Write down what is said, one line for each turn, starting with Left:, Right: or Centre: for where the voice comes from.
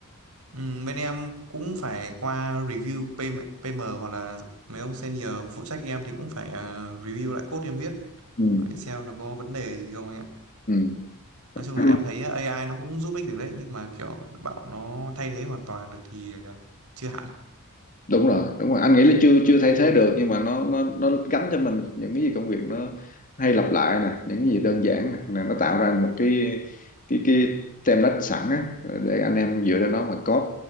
Right: Ừ, bên em cũng phải qua review PM, PM hoặc là mấy ông senior phụ trách em thì cũng phải ờ, review lại code em viết
Left: không
Right: để xem nó có vấn đề gì không anh ạ.
Left: ừ.
Right: Nói chung là
Left: Ừ.
Right: em thấy AI nó cũng giúp ích được đấy nhưng mà kiểu bảo nó thay thế hoàn toàn được thì ờ, chưa hẳn.
Left: đúng rồi đúng rồi anh nghĩ là chưa chưa thay thế được nhưng mà nó nó nó gắn cho mình những cái gì công việc nó hay lặp lại nè những cái gì đơn giản nè Là nó tạo ra một cái cái cái template sẵn á để anh em dựa trên nó mà code